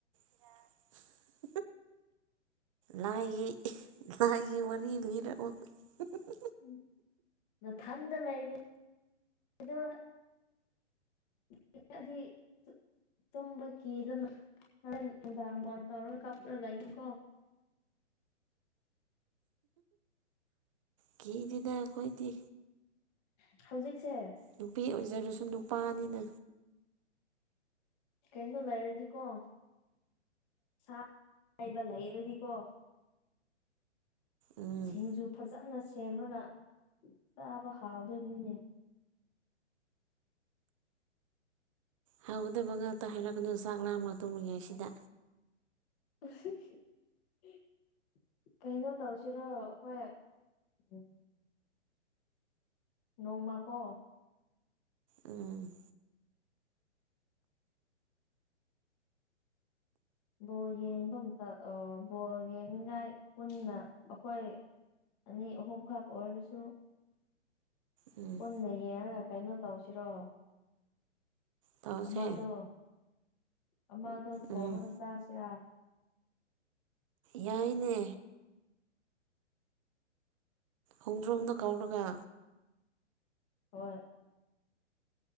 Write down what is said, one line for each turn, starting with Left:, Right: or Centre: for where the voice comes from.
Right: <unintelligible> ꯂꯥꯏꯒꯤ ꯂꯥꯏꯒꯤ ꯋꯥꯔꯤ ꯂꯤꯔꯛꯑꯣ <unintelligible>
Left: ꯎꯝ ꯅꯊꯟꯗ ꯂꯩꯔꯤꯗꯣ <unintelligible> ꯇꯨꯝꯕ ꯀꯤꯗꯅ ꯍꯣꯔꯦꯟ ꯅꯨꯡꯗꯥꯡ ꯐꯣꯟ ꯇꯧꯔ ꯀꯞꯂ ꯂꯩꯅꯨꯀꯣ
Right: ꯀꯤꯗꯦꯗꯥ ꯑꯩꯈꯣꯏꯗꯤ
Left: ꯑꯁ ꯍꯧꯖꯤꯛꯁꯦ
Right: ꯅꯨꯄꯤ ꯑꯣꯏꯖꯔꯁꯨ ꯅꯨꯄꯥꯅꯤꯅ
Left: ꯀꯩꯅꯣ ꯂꯩꯔꯗꯤꯀꯣ <unintelligible> ꯍꯩꯕ ꯂꯩꯔꯗꯤꯀꯣ
Right: ꯎꯝ
Left: ꯁꯤꯡꯖꯨ ꯐꯖꯅ ꯁꯦꯝꯂꯒ ꯆꯥꯕ ꯍꯥꯎꯗꯣꯏꯅꯤꯅꯦ
Right: ꯍꯥꯎꯒꯗꯕ ꯉꯥꯛꯇ ꯍꯥꯏꯔꯛꯀꯅꯨ ꯆꯥꯛ ꯂꯥꯝꯃ ꯇꯨꯝꯃꯤꯉꯩꯁꯤꯗ
Left: <unintelligible> ꯀꯩꯅꯣ ꯇꯧꯁꯤꯔꯣ ꯑꯩꯈꯣꯏ ꯎꯝ ꯅꯣꯡꯃ ꯀꯣ
Right: ꯎꯝ
Left: ꯕꯣꯜ ꯌꯦꯡꯕ ꯃꯇꯝ ꯑꯥ ꯕꯣꯜ ꯌꯦꯡꯅꯤꯉꯥꯏ ꯄꯨꯟꯅ ꯑꯩꯈꯣꯏ ꯑꯅꯤ ꯑꯍꯨꯝ ꯈꯛ ꯑꯣꯏꯔꯁꯨ
Right: ꯎꯝ
Left: ꯄꯨꯟꯅ ꯌꯦꯡꯉꯒ ꯀꯩꯅꯣ ꯇꯧꯁꯤꯔꯣ
Right: ꯇꯧꯁꯦ
Left: ꯑꯃꯗꯣ ꯑꯃꯗꯣ ꯊꯣꯡꯉꯒ
Right: ꯎꯝ
Left: ꯆꯥꯁꯤꯔꯥ
Right: ꯌꯥꯏꯅꯦ ꯍꯣꯡꯗ꯭ꯔꯣꯡꯗꯣ ꯀꯧꯔꯒ
Left: ꯍꯣꯏ